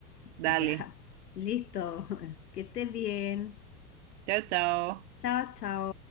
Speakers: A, on the right; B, on the left.
A: Dale.
B: Ya, listo, <laughs> que estés bien.
A: Chao, chao.
B: Chao, chao.